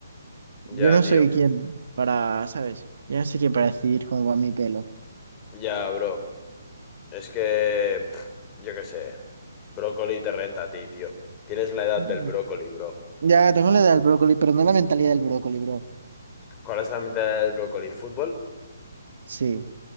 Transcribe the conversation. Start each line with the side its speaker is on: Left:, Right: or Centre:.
Left: Ya,
Right: Yo no
Left: tío.
Right: soy quien para, ¿sabes? Yo no soy quien para decidir cómo va mi pelo.
Left: Ya, bro. Es que... pff, yo qué sé. Brócoli te renta a ti, tío. Tienes la edad
Right: Mm.
Left: del brócoli, bro.
Right: Ya, tengo la edad del brócoli, pero no la mentalidad del brócoli, bro.
Left: ¿Cuál es la mitad del brócoli? ¿Fútbol?
Right: Sí.